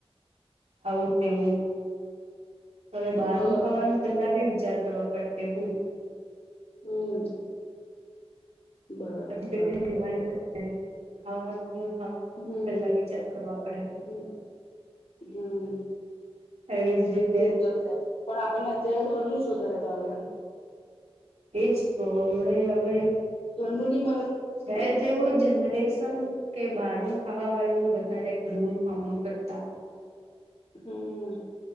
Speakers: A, on the right; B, on the left.
A: આવું તેવું. હવે બહાર
B: હા
A: ન ખાવાનું પહેલા બી વિચાર કરવા પડે એવું.
B: હમ. બરાબર
A: પછી કેટ બીમારી ખાવાવા.
B: હમ
A: હ પેલા વિચાર કરવા પડે.
B: હમ હમ
A: એવી જ રીતે
B: તે તો છે. પણ આપણને અત્યારે બહાર ન જ વધારે ભાવે એમ.
A: એજ તો. હડે હવે
B: ધની મ
A: છે જેવું જનરેશન. કે બહાર નું ખાવા વાળું વધારે ઘરનું ખાવાનું કરતા.
B: હમ.